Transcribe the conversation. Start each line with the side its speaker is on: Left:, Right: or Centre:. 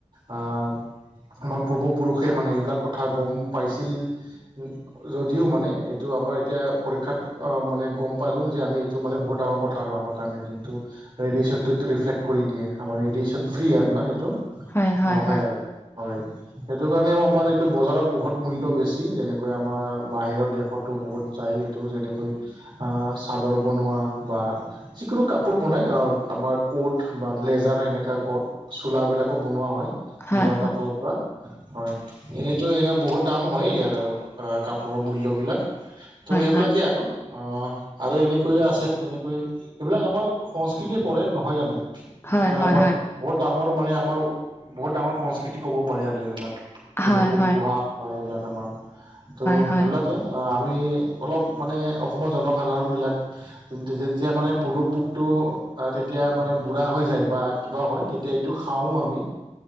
Right: আ আমাৰ পূৰ্বপুৰুষে মানে এইবিলাক কথা গম পাইছিল। উ যদিও মানে এইটো আমাৰ এতিয়া পৰীক্ষাত মানে গম পালো যে আমি তো মানে বহুত ডাঙৰ কথা আৰু আমাৰ কাৰণে যোনটো ৰেডিয়েচনটোটো ৰিফ্লেক্ট কৰি দিয়ে আমাৰ ৰেডিয়েচন ফ্ৰী আৰু না এইটো।
Left: হয়, হয়,
Right: নহয়
Left: হয়,
Right: আৰু হয় সেটো কাৰণে আমাৰ এইটো বজাৰত বহুত মূল্য বেছি যেনে কৈ আমাৰ বাহিৰ দেশতো বহুত যায় এইটো যেনেকৈ আ চাদৰ বনোৱা বা যিকোনো কাপোৰ বনাই আহ আমাৰ ক'ট বা ব্লেজাৰ সেনেকা গ চোলা বিলাকো বনোৱা হয়
Left: হয়,
Right: মুগাৰ
Left: হয়,
Right: কাপোৰৰ পৰা হয়। এনেইতো এনেই বহুত দাম হয় ইয়াৰ কাপোৰৰ মূল্যবিলাক তো সেইবিলাকেই
Left: হয়, হয়,
Right: আৰু। অ আৰু এনেকৈয়ে আছে যেনেকৈ এইবিলাক আমাৰ সংস্কৃতিয পৰে নহয় জানো।
Left: হয়,
Right: এইবিলাক
Left: হয়, হয়,
Right: আমাৰ বহুত ডাঙৰ মানে আমাৰ বহুত ডাঙৰ সংস্কৃতি কব পাৰি আৰু এইবিলাক। পল
Left: হয়,
Right: বোৰ
Left: হয়, হয়,
Right: পোহা বা এইবিলাক আমাৰ ত'
Left: হয়,
Right: সেইবিলাকে‌ আহ আমি অলপ মানে অসমৰ জনসাধাৰণ বিলাক যেতিয়া মানে পলু পোকটো তেতিয়া মানে বুঢ়া হৈ যায় বা কিবা হয় ত'এইটো খাওঁ আমি